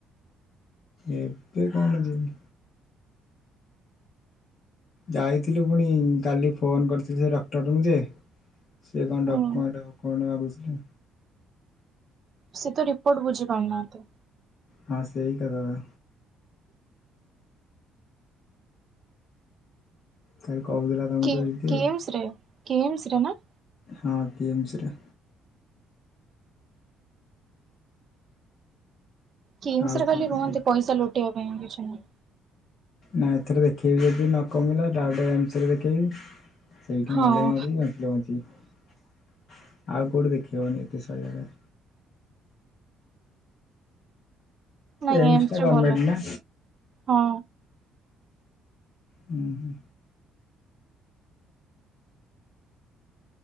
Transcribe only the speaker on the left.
ଏବେ କଣ ଯିବି। ଯାଇଥିଲୁ ପୁଣି କାଲି ଫୋନ୍ କରିଥିଲି ସେ ଡକ୍ଟରଙ୍କୁ ଯେ ସିଏ କଣ
ଡକ୍ୟୁମେଣ୍ଟେ ଫ କଣ୍ତେ ମାଗୁଥିଲେ।
ହଁ ସେଇ କଥାତ। କାଲି କହୁଥିଲା ତମକୁ
ତ ଦିଦି ଆଉ
ହଁ କିମ୍ସରେ।
ଆଉ
କଣ
କୁହ
ନା ଏଥିରେ ଦେଖେଇବି ଯେଦି ନ କମିଲା ଡାରେକ୍ଟ ଏମ୍ସରେ ଦେଖେଇବି। ସେଇଠି
ମଲେ ମରିବି ବଞ୍ଚିଲେ ବଞ୍ଚିବି ଆଉ କୋଉଠି ଦେଖି ହବନି ଏତେ ସହଯରେ। ‌
ଏମ୍ସ
ଟା ଗଭର୍ଣ୍ଣମେଣ୍ଟ
ନା
ହୁଁ ହୁଁ।